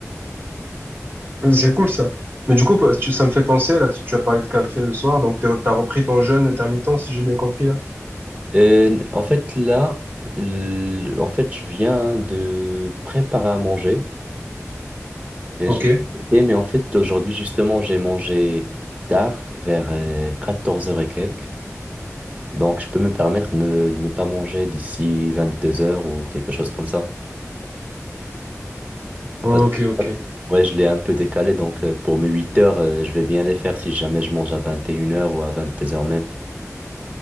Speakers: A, on the right (about 40°); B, on the right (about 25°).
A: C'est cool ça. Mais du coup, tu- ça me fait penser, là, tu tu as parlé de café le soir, donc t'es- t'as repris ton jeûne intermittent, si j'ai bien compris, là.
B: Euh, en fait, là, l- en fait, je viens de préparer à manger et
A: Ok,
B: je l'ai écouté, mais en fait, aujourd'hui, justement, j'ai mangé tard, vers euh, quatorze heures et quelques. Donc, je peux me permettre de ne pas manger d'ici vingt-deux heures ou quelque chose comme ça.
A: ok,
B: Parce que,
A: ok,
B: ouais, je l'ai un peu décalé, donc euh, pour mes huit heures euh, je vais bien les faire si jamais je mange à vingt et une heures ou à vingt-deux heures même.